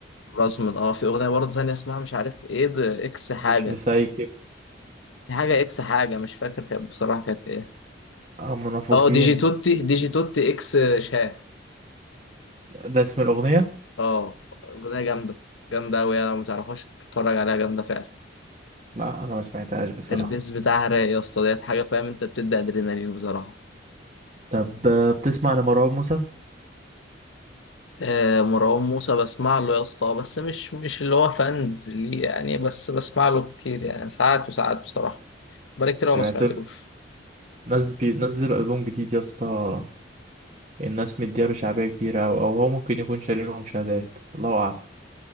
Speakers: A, on the left (about 80°); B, on the right (about 35°).
A: رزمن اه في أغنية برضه تانية اسمها مش عارف ايه ده اكس حاجة
B: مش مسايكب
A: دي حاجة اكس حاجة مش فاكر كانت بصراحة كانت ايه
B: او منافقين
A: اه ديجي توتي ديجي توتي اكس شاه
B: ده اسم الاغنيه
A: اه اغنية جامدة جامدة اوي انا متعرفهاش تتفرج عليها جامدة فعلا
B: لا انا ما سمعتهاش بصراحه
A: البيز بتاعها رايق يا اسطى ديت حاجة فاهم انت بتدي ادرينالين بصراحة
B: طب آه، بتسمع لمروان موسى
A: آه مروان موسى بسمع له يا اسطى بس مش مش اللي هو فانز ليه يعني بس بسمع له كتير يعني ساعات وساعات بصراحة بقالي كتير
B: سمعت
A: أوي ما سمعتلوش
B: له ناس بينزل البوم جديد يا اسطى الناس مدياله شعبيه كبيره او او هو ممكن يكون شاري له مشاهدات الله اعلم